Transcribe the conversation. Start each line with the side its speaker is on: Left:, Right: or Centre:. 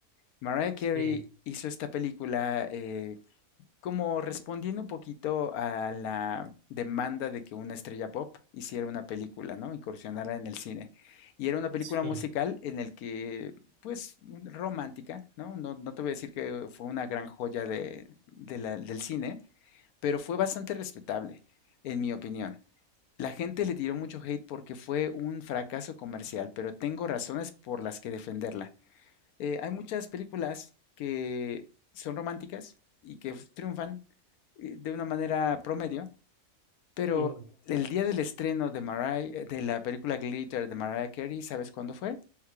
Left: Mariah Carey
Right: Sí,
Left: hizo esta película eh, como respondiendo un poquito a la demanda de que una estrella pop hiciera una película, ¿no? Incursionara en el cine. Y era una película
Right: sí.
Left: musical en el que, pues, romántica, ¿no? No, no te voy a decir que fue una gran joya de, de la- del cine, pero fue bastante respetable, en mi opinión. La gente le tiró mucho hate porque fue un fracaso comercial, pero tengo razones por las que defenderla. Eh, hay muchas películas que son románticas y que triunfan eh, de una manera promedio, pero
Right: Mm.
Left: el día del estreno de, Mariah- eh, de la película Glitter de Mariah Carey, ¿sabes cuándo fue?